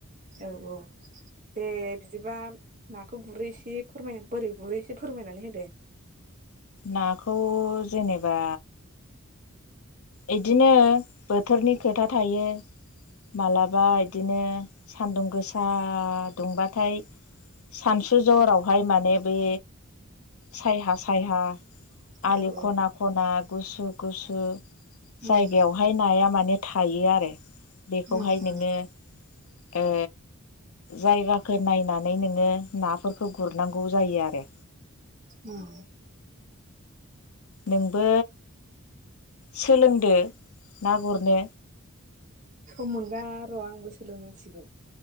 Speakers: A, on the right; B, on the left.
A: औ औ। दे बिदिबा नाखौ गुरै एसे फोरमाय बोरै गुरै एसे फोरमायनानै होदो।
B: नाखौ जेनेबा इदिनो बोथोरनि खोथा थायो। मालाबा बिदिनो सान्दुं गोसा दुंबाथाय सानसु जरावहाय माने बे सायहा सायहा आलि
A: औ औ
B: खना खना गुसु गुसु जायगायावहाय
A: उम
B: नाया माने थायो आरो बेखौहाय
A: उम
B: नोङो
A: उम
B: ए जायगाखौ नायनानै नोङो नाफोरखौ गुरनांगौ जायो आरो।
A: उम
B: नोंबो सोलोंदो ना गुरनो
A: सम मोनबाय र' आंबो सोलोंनांसिगोन।